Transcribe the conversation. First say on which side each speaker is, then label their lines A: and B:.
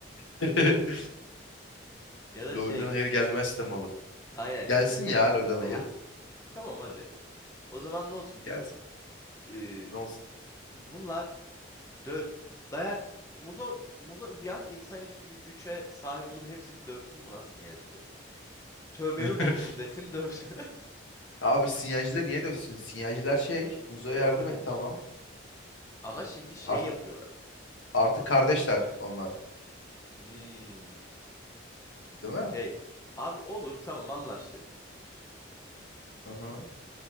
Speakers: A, on the left (about 80°); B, on the left (about 15°).
A: <laughs>
B: Ya da
A: LoL'den
B: şey
A: hayır gelmez temalı.
B: aynen
A: Gelsin
B: istek
A: ya LoL'den hayır.
B: ha, tamam hadi. O zaman ne olsun biliyor
A: Gelsin.
B: musun? Ee,
A: Ne olsun?
B: bunlar dö dayak muzo muzo bir an insanüstü bir güce sahip olup hepsini dövsün mü lan sinyalcilerin? Tövbemi
A: <laughs>
B: bozdum desin dövsün.
A: Abi sinyalciler niye dövsün? Sinyalciler şey, Muzo'ya yardım
B: <laughs> Doğru gerçi.
A: etti ama.
B: Ama şimdi şey
A: Artık
B: yapıyorlar.
A: artık kardeşler onlar,
B: Hmm,
A: değil mi?
B: şey. Abi olur tamam anlaştık.
A: Hı-hı.